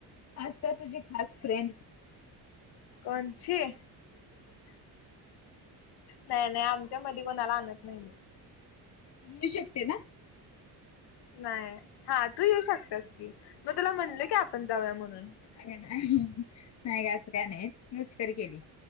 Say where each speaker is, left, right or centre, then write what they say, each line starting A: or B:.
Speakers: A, on the left; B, on the left.
A: आता तुझी खास फ्रेंड.
B: कोणची नाही नाही आमच्या मधी कोणाला आणत. नाही.
A: मिळू शकते ना
B: नाही हा तू येऊ शकतास कि मग तुला म्हणले की आपण जाऊया म्हणून
A: अ नाही नाही का असं काय नाही मस्करी केली.